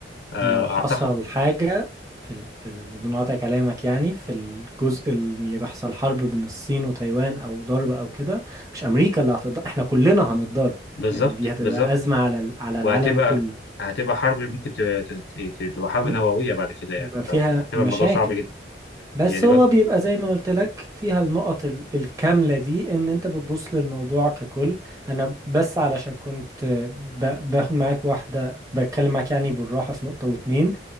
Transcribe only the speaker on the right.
لو حصل
حاجة في ال... في ال... بدون قطع كلامك يعني في الجزء اللي يحصل حرب بين الصين وتايوان أو ضرب أو كده مش أمريكا اللي هتضر احنا كلنا هنتضر
يعني دي هتبقى
أزمة على ال... على
العالم كله
مم.
يبقى فيها
مشاكل
بس
هو
بيبقى زي ما قلت لك فيها النقط ال- الكاملة دي ان انت بتبص للموضوع ككل انا بس علشان كنت ب- باخد معاك واحدة بتكلم معاك يعني بالراحة في نقطة واتنين